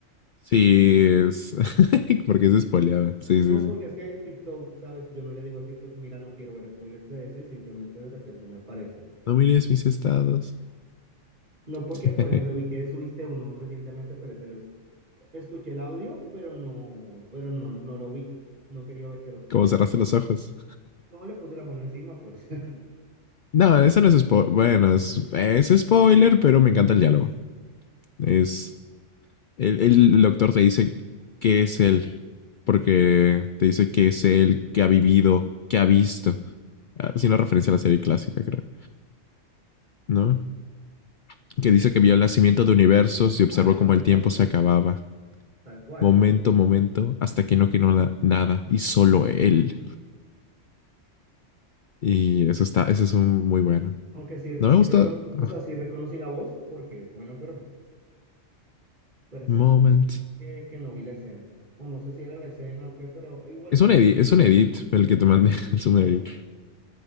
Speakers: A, on the left; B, on the right.
A: Sí, es. <laughs> Porque se spoileaba. Sí,
B: No,
A: sí, sí.
B: porque es que TikTok, ¿sabes? Yo no le digo a TikTok, mira, no quiero ver spoilers de eso y simplemente de repente me aparecen.
A: No mires mis estados.
B: No porque,
A: <laughs>
B: por ejemplo, vi que subiste uno recientemente, pero ese lo es- escuché el audio, pero no, pero no, no lo vi. No quería ver qué doctor
A: Como
B: era.
A: cerraste los ojos.
B: No le puse la mano encima, pues. <laughs>
A: No, eso no es spoiler. Bueno, es, es spoiler, pero me encanta el diálogo. Es. El, el doctor te dice qué es él. Porque te dice que es él que ha vivido, que ha visto. Ah, Haciendo referencia a la serie clásica, creo. ¿No? que dice que vio el nacimiento de universos y observó
B: Ah, sí,
A: cómo el
B: es
A: tiempo
B: así,
A: se acababa,
B: tal cual.
A: momento,
B: Entonces,
A: momento, hasta que no quedó na- nada y solo él. Y eso está, ese es un muy bueno.
B: aunque sí,
A: No
B: sí
A: me gusta.
B: recono-
A: ah,
B: o sea, sí reconocí la voz, porque, bueno, pero, pero es-
A: moment.
B: digamos que, que no vi la escena. O no sé si era la escena o qué, pero igual
A: Es
B: no
A: un
B: lo...
A: edit, es un edit el que te mandé, <laughs> es un
B: Ah,
A: edit.
B: bueno.